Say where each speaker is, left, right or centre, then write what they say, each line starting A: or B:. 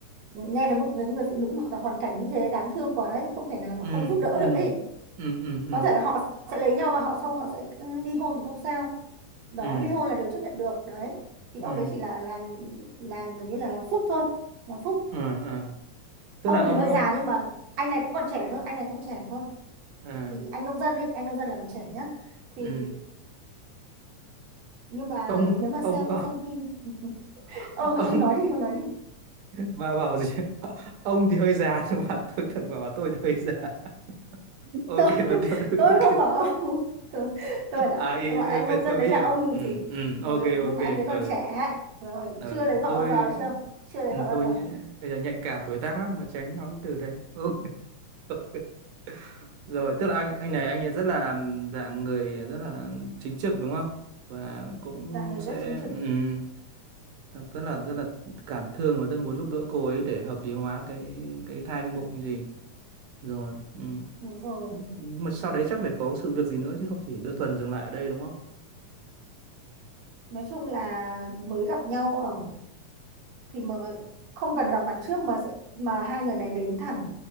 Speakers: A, on the right; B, on the right.
A: nghe thấy một người, người phụ nữ mà gặp hoàn cảnh như thế đáng thương quá ấy không thể nào mà
B: Ừ.
A: không giúp đỡ
B: Ừ.
A: được ấy
B: Ừ. Ừ. Ừ.
A: có thể là họ sẽ lấy nhau và họ xong họ sẽ ừ, ly hôn thì không sao đó
B: Ừ.
A: ly hôn là điều chấp nhận được đấy thì
B: Ừ.
A: ông đấy chỉ là làm làm kiểu như là làm phúc thôi làm phúc
B: Ừ. ừ. Tức
A: ông
B: là ông
A: thì hơi
B: ông
A: già nhưng mà anh này cũng còn trẻ thôi anh này cũng còn trẻ thôi
B: à.
A: thì anh nông dân ấy anh nông dân là còn trẻ nhá thì
B: Ừ.
A: nhưng mà
B: Ông
A: nếu mà
B: ông
A: xem ông xem phim <laughs>
B: <laughs>
A: ờ,
B: ông
A: ông nói đi ông nói đi
B: bà bảo gì <laughs> ông thì hơi già nhưng mà tôi thật bà bảo tôi thì hơi già <laughs> ok
A: tôi
B: nói tiếp được
A: tôi
B: <laughs> ok
A: không bảo ông <laughs> tôi, tôi lại
B: à ý
A: gọi anh
B: bên
A: nông dân
B: tôi
A: đấy
B: mới hiểu
A: là ông
B: ừ,
A: thì
B: ừ,
A: ừ,
B: ok
A: nhưng
B: ok
A: mà anh đấy
B: ờ
A: còn trẻ rồi
B: ờ,
A: chưa lấy vợ
B: tôi
A: bao giờ chưa chưa lấy
B: ừ,
A: vợ bao
B: tôi
A: giờ
B: nhĩ- bây giờ nhạy cảm tuổi tác lắm mà tránh nói cái từ đấy ok <laughs> rồi tức là anh anh này anh ấy rất là ừ, dạng người rất là chính trực đúng không và cũng
A: Dạ người
B: sẽ
A: rất chính trực,
B: ừm, rất rất là rất là cảm thương và rất muốn giúp đỡ cô ấy để hợp lý hóa cái cái thai trong bụng gì rồi Ừ.
A: đúng rồi.
B: nhưng mà sau đấy chắc phải có sự việc gì nữa chứ không chỉ đơn thuần dừng lại ở đây đúng không
A: Nói chung là mới gặp nhau ở thì mà không cần gặp mặt trước mà sẽ mà hai người này đến thẳng